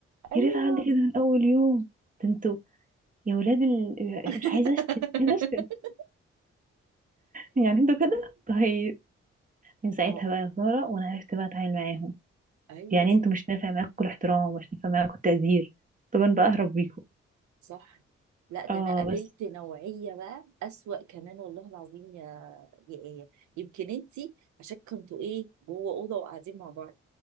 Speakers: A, on the right; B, on the right.
A: ايوه
B: يا ريت عملت كده من اول يوم ده انتوا يا ولاد ال...
A: <laughs>
B: مش عايزه اشتم مش عايزه اشتم يعني انتوا كده طيب من ساعتها
A: اه
B: بقى يا ساره وانا عرفت بقى اتعامل معاهم
A: ايوه
B: يعني
A: صح
B: انتوا مش نافع معاكم الاحترام ومش نافع معاكم التقدير طب انا بقى اهرب بيكم
A: صح لا ده
B: اه
A: انا قابلت
B: بس
A: نوعيه بقى اسوأ كمان والله العظيم يا يا ايه يمكن انتي عشان كنتوا ايه جوه اوضه وقاعدين مع بعض